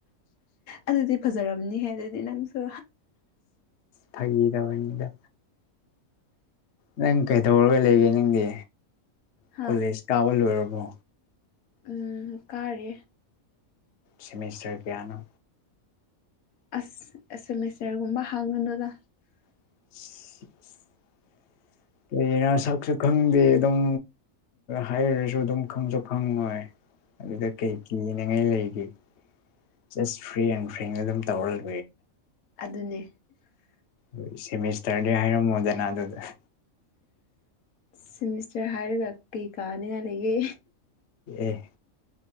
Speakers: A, on the left (about 80°); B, on the left (about 60°).
A: ꯑꯗꯨꯗꯤ ꯐꯖꯔꯝꯅꯤꯍꯦ ꯑꯗꯨꯗꯤ ꯅꯪꯁꯨ
B: ꯊꯒꯤꯗꯗ ꯅꯪ ꯀꯩꯗꯧꯔꯒ ꯂꯩꯒꯦ ꯅꯪꯗꯤ
A: ꯍꯥ
B: ꯀꯣꯂꯦꯖ ꯀꯥꯕ ꯂꯣꯏꯔꯕꯣ
A: ꯎꯝ ꯀꯥꯔꯦ
B: ꯁꯦꯃꯤꯁꯇꯔ ꯀꯌꯥꯅ
A: ꯑꯁ ꯑꯦꯁ ꯑꯦꯦꯝꯁꯔꯒꯨꯝꯕ ꯍꯥꯡꯅꯗ
B: <unintelligible> ꯀꯩꯅ ꯁꯛꯁꯨ ꯈꯪꯗꯦ ꯑꯗꯨꯝ ꯍꯥꯏꯔꯁꯨ ꯑꯗꯨꯝ ꯈꯪꯁꯨ ꯈꯪꯉꯣꯏ ꯑꯗꯨꯗ ꯀꯩ ꯀꯤꯅꯉꯥꯏ ꯂꯩꯒꯦ ꯖ ꯐ꯭ꯔꯤ ꯑꯦꯟ ꯐꯔꯤ ꯑꯗꯨꯝ ꯇꯧꯔ
A: ꯑꯗꯨꯅꯦ
B: ꯍꯣꯏ ꯁꯦꯃꯤꯁꯇꯔꯗꯤ ꯍꯥꯏꯔꯝꯃꯣꯗꯅ ꯑꯗꯨꯗ
A: ꯁꯦꯃꯤꯁꯇꯔ ꯍꯥꯏꯔꯒ ꯀꯩ ꯀꯥꯅꯤꯡꯉꯥꯏ ꯂꯩꯒꯦ
B: ꯑꯦ